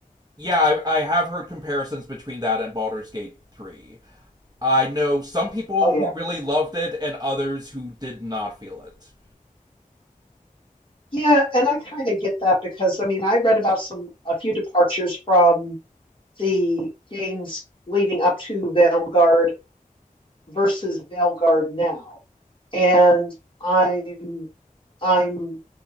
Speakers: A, on the right; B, on the left.
A: Yeah, I, I have heard comparisons between that and Baldur's Gate 3. I know some people
B: Oh yeah.
A: who really loved it and others who did not feel it.
B: Yeah, and I kind of get that because I mean, I read about some a few departures from the games leading up to Veilguard versus Veilguard now. And I'm I'm